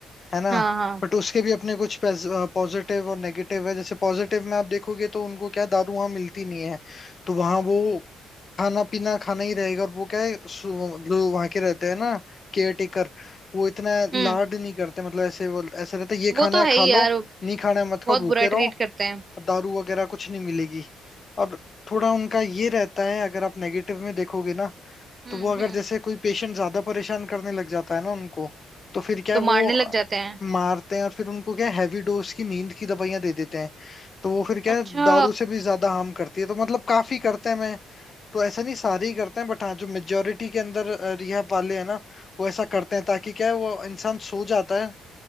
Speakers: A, on the left; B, on the right.
A: है ना
B: हाँ हाँ
A: बट उसके भी अपने कुछ पॉजिटिव और नेगेटिव है जैसे पॉजिटिव में आप देखोगे तो उनको क्या है, दारू वहां मिलती नहीं है तो वहां वो खाना पीना खाना ही रहेगा और वो क्या है सु- जो वहां के रहते हैं ना केयर टेकर वो इतना
B: हम्म
A: लाड नहीं करते मतलब ऐसे वो ऐसे रहते हैं, ये खाना
B: वो तो
A: है
B: है
A: खा
B: ही
A: लो
B: यार
A: नहीं खाना है
B: बहुत
A: मत खाओ भूखे
B: बुरा ट्रीट
A: रहो
B: करते हैं
A: दारू वगैरह कुछ नहीं मिलेगी और थोड़ा उनका ये रहता है अगर आप नेगेटिव में देखोगे ना
B: हम्म
A: तो वो अगर
B: हम्म
A: जैसे कोई पेशेंट ज्यादा परेशान करने लग जाता है ना उनको तो फिर क्या
B: तो
A: है,
B: मारने
A: वो
B: लग जाते हैं
A: मारते हैं और फिर उनको क्या हैवी डोज की नींद की दवाइयां दे देते हैं तो वो फिर क्या
B: अच्छा
A: है, दारू से भी ज्यादा हार्म करती है तो मतलब काफी करते हैं मैं तो ऐसा नहीं सारे ही करते हैं बट हाँ जो मेजोरिटी के अंदर रिहब वाले हैं ना वो ऐसा करते हैं ताकि क्या है वो इंसान सो जाता है